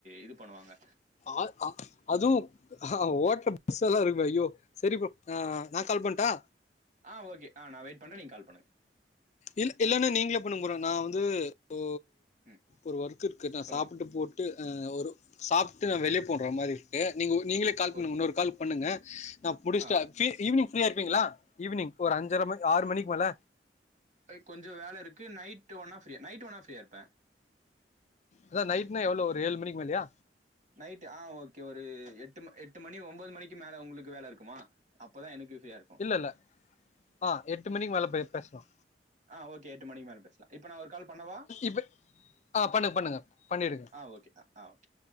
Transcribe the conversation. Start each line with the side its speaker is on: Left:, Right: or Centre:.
Right: இது பண்ணுவாங்க
Left: அ அ அதுவு ஓட்ற பஸ் எல்லா இருக்குமே ஐயோ சரி ப்ரோ அ நா கால் பண்ட்டா
Right: ஆ ஓகே அ நா வெயிட் பண்றே நீங் கால் பண்ணுங்க
Left: இல்ல இல்லனா நீங்ளே பண்ணுங்க ப்ரோ நா வந்து இப்போ
Right: ம்.
Left: ஒரு ஒர்க் இருக்கு நா
Right: சொல்லுங்க.
Left: சாப்பிட்டு போட்டு அ ஒரு சாப்ட்டு வெளிய போட்ற மாரி இருக்கு நீங்க உ நீங்களே கால் பண்ணுங்க
Right: ஓகே.
Left: இன்னொரு கால் பண்ணுங்க நா புடிச்ட்டாச்சி
Right: ஆ
Left: ஈவினங் ஃப்ரீயா இருப்பீங்களா ஈவினங் ஒரு அஞ்சர ம ஆறு மணிக் மேல
Right: கொஞ்ஜோ வேல இருக்கு நைட்டு வேனா ஃப்ரீயா நைட்டு வேனா ஃப்ரீயா இருப்பே
Left: அதா நைட்னா எவ்ளோ ஒரு ஏழு மணிக்கு மேலயா
Right: நைட் ஆ ஓகே ஒரு எட்டு ம எட்டு மணி ஒம்பொது மணிக்கு மேல உங்குளுக்கு வேல இருக்குமா அப்பதா எனக்கு ஃப்ரீயா இருக்கும்.
Left: இல்ல இல்ல அ எட்டு மணிக்கு மேல பே பேசலா
Right: அ ஓகே எட்டு மணிக்கு மேல பேசலா இப்ப நா ஒரு கால் பண்ணவா
Left: இப்ப ஆ பண்ணுங்க பண்ணுங்க பண்ணிடுங்க
Right: அ ஓகே அ அ ஓகே